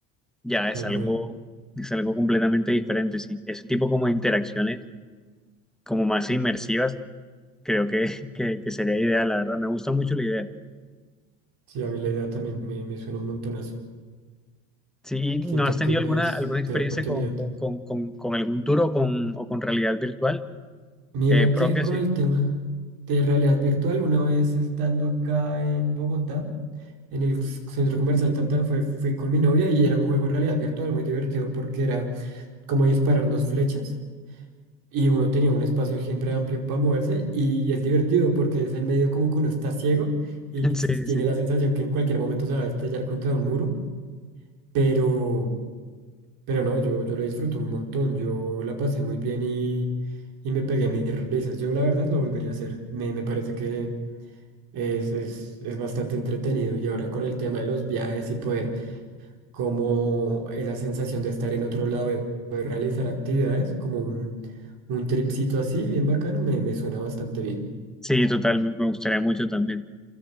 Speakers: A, in the centre; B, on the right.
A: ya es
B: tal
A: algo,
B: cual.
A: es algo completamente diferente, sí. Ese tipo como de interacciones, como más inmersivas, creo que, <laughs> que, que sería ideal, la verdad. Me gusta mucho la idea.
B: Sí, a mí la idea también me, me suena un montonazo.
A: Sí, ¿y no
B: Siento
A: has
B: que
A: tenido alguna,
B: es
A: alguna experiencia
B: de la oportunidad.
A: con, con, con, con, con algún tour o con, o con realidad virtual
B: Mira
A: eh, propia?
B: que con
A: Sí,
B: el tema de realidad virtual, una vez estando acá en Bogotá, en el c- centro comercial Tantán, fue, fui con mi novia y era un juego de realidad virtual muy divertido porque era como dispararnos flechas y uno tenía un espacio siempre amplio para moverse y es divertido porque es el medio como que uno está ciego y
A: <laughs> sí,
B: s- tiene
A: sí.
B: la sensación que en cualquier momento se va a estrellar contra un muro, pero, pero no, yo, yo lo disfruto un montón, yo la pasé muy bien y, y me pegué mis risas, yo la verdad lo volvería a hacer, me, me parece que es, es, es bastante entretenido y ahora con el tema de los viajes y poder como esa sensación de estar en otro lado y poder realizar actividades, como un, un tripcito así, bien bacano, me, me suena bastante bien.
A: Sí, total, me me gustaría mucho también.